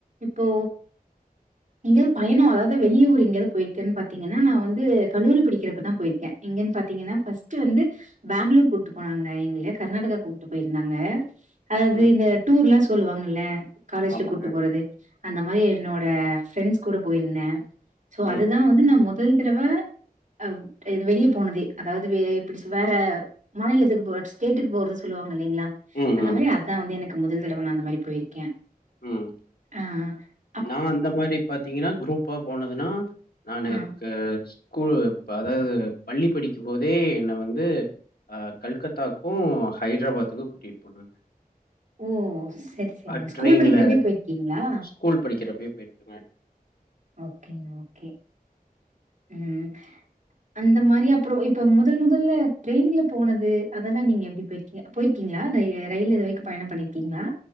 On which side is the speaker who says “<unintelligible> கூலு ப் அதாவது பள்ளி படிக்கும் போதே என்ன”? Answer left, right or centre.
Left